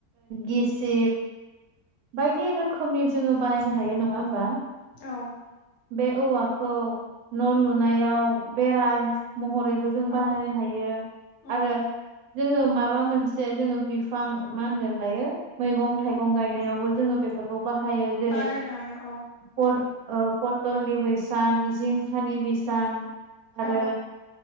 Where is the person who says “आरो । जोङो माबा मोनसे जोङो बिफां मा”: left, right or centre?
Right